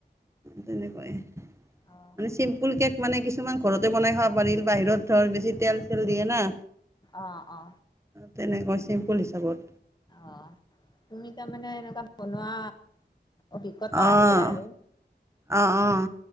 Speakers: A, on the right; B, on the left.
A: তেনেকুৱাই
B: অ
A: মানে চিম্পুল কেক মানে কিছুমান ঘৰতে বনাই খাব পাৰিল বাহিৰত ধৰ বেছি তেল চেল দিয়ে না
B: অ অ
A: তেনেকৈ চিম্পুল হিচাপত
B: অ তুমি তাৰমানে এনেকুৱা বনোৱা অভিজ্ঞতা
A: অঁ
B: আছে আৰু
A: অঁ অঁ